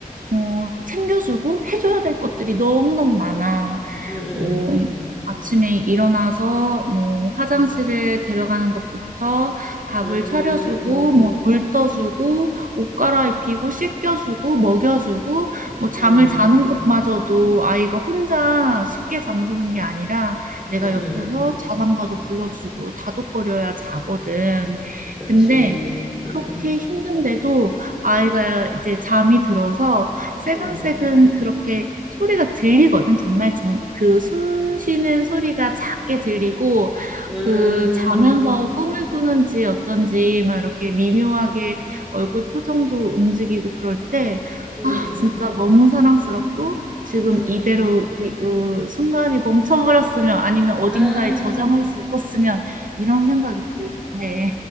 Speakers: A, on the right; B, in the centre.
A: 어, 챙겨주고 해줘야 될 것들이 너무너무 많아.
B: 응,
A: 뭐, 아침에 일어나서 뭐 화장실에 데려가는 것부터 밥을
B: 응,
A: 차려주고 뭐 물 떠주고 옷 갈아입히고 씻겨주고 먹여주고 뭐 잠을
B: 응,
A: 자는 것마저도 아이가 혼자 쉽게 잠드는 게 아니라 내가
B: 응, 응,
A: 옆에서 자장가도 불러주고 다독거려야 자거든.
B: 그치.
A: 근데
B: 응,
A: 그렇게 힘든데도 아이가 이제 잠이 들어서 세근세근
B: 응,
A: 그렇게 소리가 들리거든. 정말 정 그 숨 쉬는 소리가 작게 들리고
B: 응,
A: 그 자면서 꿈을 꾸는지 어떤지 막 이렇게 미묘하게 얼굴 표정도 움직이고 그럴 때
B: 응,
A: 아 진짜 너무 사랑스럽고 지금
B: 응.
A: 이대로 이 으 순간이 멈춰버렸으면 아니면 어딘가에
B: 아,
A: 저장할 수 있었으면 이런 생각이 들기도 해.